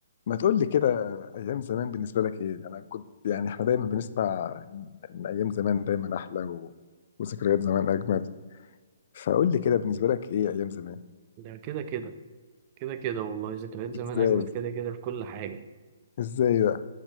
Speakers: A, on the left (about 45°); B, on the right (about 30°).
A: ما تقول لي كده ايام زمان بالنسبه لك ايه انا كنت يعني احنا دايما بنسمع ان ايام زمان دايما احلى و... وذكريات زمان اجمل فقول لي كده بالنسبه لك ايه ايام زمان
B: ده كده كده كده كده والله ذكريات زمان
A: ازاي
B: اجمد كده كده في كل حاجه
A: ازاي بقى